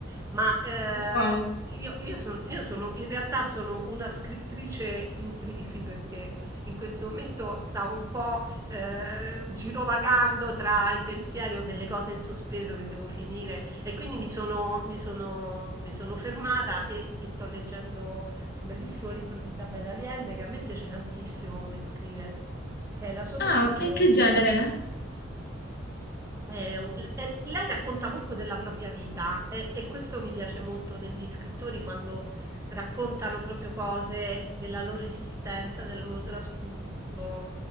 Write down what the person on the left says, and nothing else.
Wow.
Ah,
e che genere?